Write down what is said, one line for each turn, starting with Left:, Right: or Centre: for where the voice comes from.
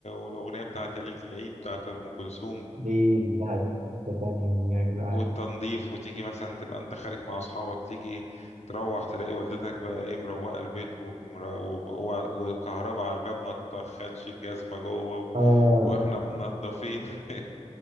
Left: والأغنية بتاعت يا ليلة العيد بتاعت أم كلثوم
Right: ليه الحديث لسه تاني يا جدعان
Left: والتنظيف وتيجي مثلا تبقى انت خارج مع اصحابك تيجي تروح تلاقي والدتك بقى ايه مروقه البيت ومر- وب- وع- وكهرباء على الباب ما تدخلش الجزمه جوه و...
Right: اه
Left: واحنا منضفين <laughs>